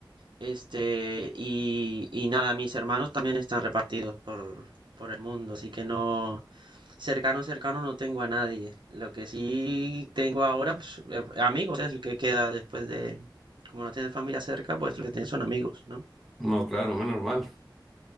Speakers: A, on the right (about 70°); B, in the centre.
A: Este, y, y nada, mis hermanos también están repartidos por, por el mundo. Así que no, cercano, cercano no tengo a nadie. Lo que sí tengo ahora, pues eh, amigos, es el que queda después de, como no tienes familia cerca, pues lo que tienes son amigos, ¿no?
B: No, claro, menos mal.